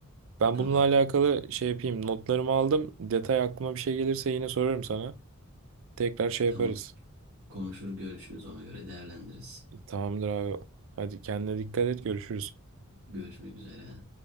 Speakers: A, on the right; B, on the right.
A: Ben
B: Tamam.
A: bununla alakalı şey yapayım. Notlarımı aldım. Detay aklıma bir şey gelirse yine sorarım sana. Tekrar şey
B: Tamam.
A: yaparız.
B: Konuşur görüşürüz ona göre değerlendiririz.
A: Tamamdır abi. Hadi kendine dikkat et. Görüşürüz.
B: Görüşmek üzere.